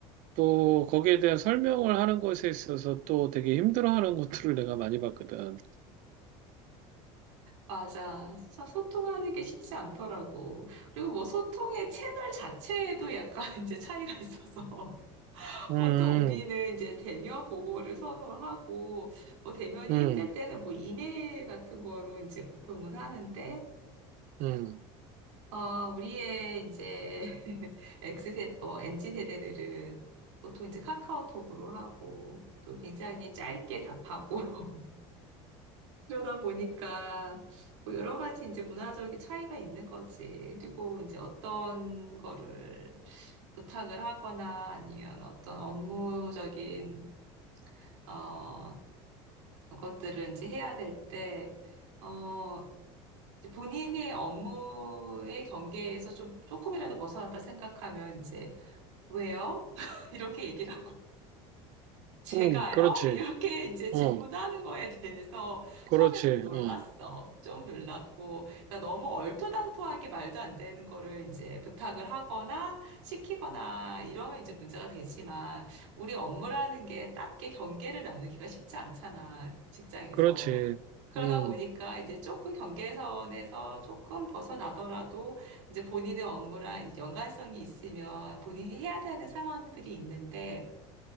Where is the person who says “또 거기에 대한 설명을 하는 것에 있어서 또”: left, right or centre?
Right